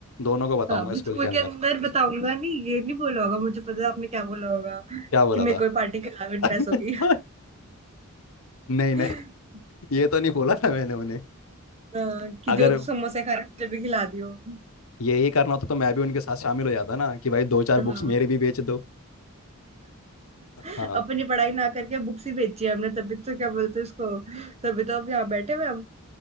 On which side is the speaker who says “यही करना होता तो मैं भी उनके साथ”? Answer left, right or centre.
Left